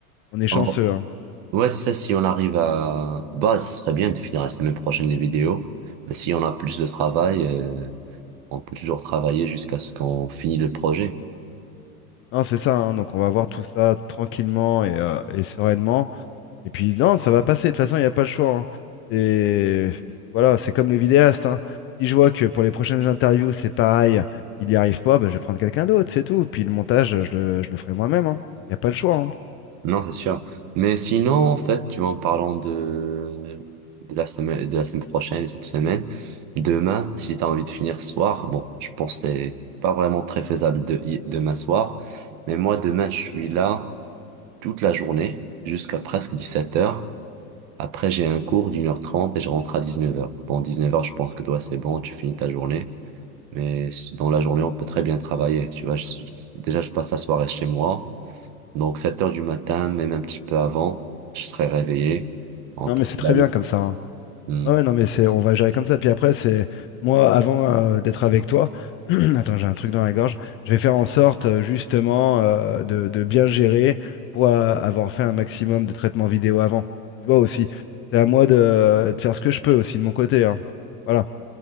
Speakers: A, on the left (about 30°); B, on the right (about 40°).
A: on est chanceux,
B: en vrai.
A: hein.
B: Ouais, c'est ça, si on arrive à... Bah, ça serait bien de finir la semaine prochaine les vidéos, mais si on a plus de travail, euh, on peut toujours travailler jusqu'à ce qu'on finisse le projet.
A: Non, c'est ça, hein. Donc on va voir tout ça tranquillement et, euh, et sereinement. Et puis non, ça va passer, de toute façon, il n'y a pas le choix. hein. C'est voilà, c'est comme les vidéastes. hein. Si je vois que pour les prochaines interviews, c'est pareil, il n'y arrive pas, bah, je vais prendre quelqu'un d'autre, c'est tout. Puis le montage, je le, je le ferai moi-même. hein. Il n'y a pas le choix. hein.
B: Non, c'est sûr. Mais sinon, en fait, tu vois, en parlant de, de la semaine, de la semaine prochaine et cette semaine, demain, si tu as envie de finir ce soir, bon, je pense que c'est pas vraiment très faisable de, y- demain soir, mais moi, demain, je suis là toute la journée jusqu'à presque dix-sept heures. Après, j'ai un cours d'une heure trente et je rentre à dix-neuf heures. Bon, dix-neuf heures je pense que toi, c'est bon, tu finis ta journée. Mais dans la journée, on peut très bien travailler. Tu vois, je- déjà, je passe la soirée chez moi. Donc 7 heures du matin, même un petit peu avant, je serai réveillé. On
A: Non,
B: peut
A: mais c'est
B: travailler.
A: très bien comme ça. hein.
B: Hmm.
A: Ouais, non, mais c'est, on va gérer comme ça. Puis après, c'est moi, avant euh, d'être avec toi, <clears throat> attends, j'ai un truc dans la gorge. Je vais faire en sorte, euh, justement, euh, de, de bien gérer pour euh, avoir fait un maximum de traitements vidéo avant. Tu vois aussi, c'est à moi de, de faire ce que je peux aussi de mon côté. hein. Voilà,